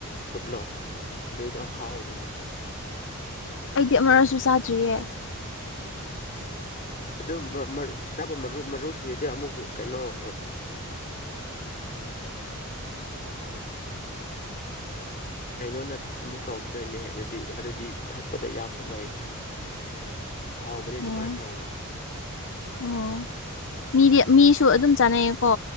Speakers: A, on the left; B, on the left.
A: ꯐꯨꯠꯂꯣ ꯑꯁ ꯑꯗꯨꯏꯗꯣ ꯍꯥꯎꯕꯅꯦ
B: ꯑꯩꯗꯤ ꯑꯃꯛꯁꯨ ꯆꯥꯗ꯭ꯔꯤꯌꯦ
A: ꯑꯗꯨ ꯁꯤꯗ ꯃꯔꯨꯞ ꯃꯔꯨꯞꯁꯤꯡꯁꯤꯗꯤ ꯑꯃꯨꯛ ꯀꯩꯅꯣ <inaudible> ꯀꯩꯅꯣꯅ ꯑꯃꯨꯛ ꯇꯧꯈꯤꯗꯣꯏꯅꯦꯍꯦ ꯑꯗꯨꯗꯤ ꯑꯗꯨꯗꯤ ꯊꯛꯄꯗ ꯌꯥꯎꯁꯜꯂꯣꯏꯍ ꯍꯥꯎꯕꯅꯦ ꯑꯗꯨꯃꯥꯏ
B: ꯑꯣ
A: ꯇꯧꯕ
B: ꯑꯣ ꯃꯤꯗꯤ ꯃꯤꯁꯨ ꯑꯗꯨꯝ ꯆꯥꯅꯩꯌꯦꯀꯣ